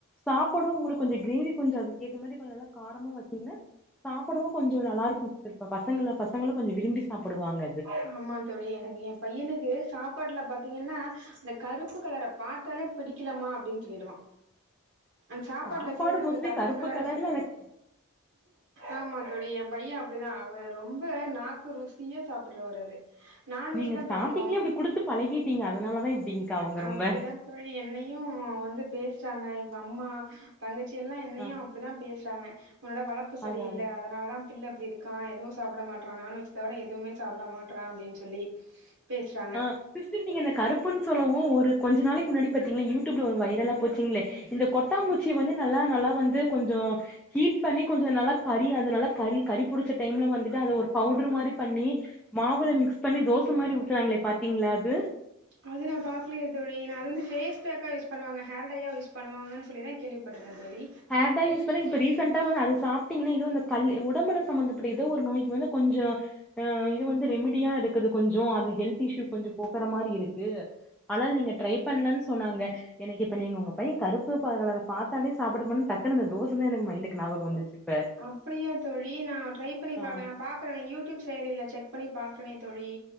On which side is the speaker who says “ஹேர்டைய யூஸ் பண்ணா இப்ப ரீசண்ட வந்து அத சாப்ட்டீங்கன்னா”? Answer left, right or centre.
Centre